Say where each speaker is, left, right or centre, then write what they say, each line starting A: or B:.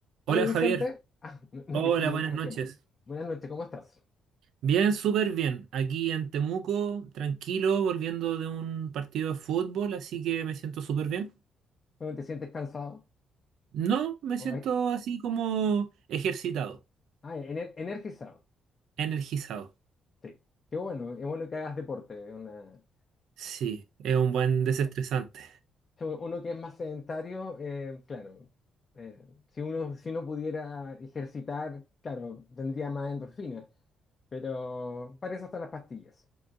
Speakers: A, on the left; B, on the right.
A: Hola
B: Hola
A: Vicente.
B: Javier,
A: Ah, <laughs> no- nos
B: hola,
A: dijimos
B: buenas
A: al mismo
B: noches.
A: tiempo. Buenas noches, ¿cómo estás?
B: Bien, súper bien. Aquí en Temuco, tranquilo, volviendo de un partido de fútbol, así que me siento súper bien.
A: ¿Cómo te sientes cansado?
B: No, me siento
A: Ay,
B: así como ejercitado,
A: ah, ener- energizado.
B: energizado.
A: Sí, qué bueno, es bueno que hagas deporte. Una,
B: Sí, es un buen desestresante.
A: uno que es más sedentario, eh, claro, eh, si uno, si uno pudiera ejercitar, claro, tendría más endorfinas, pero para eso están las pastillas.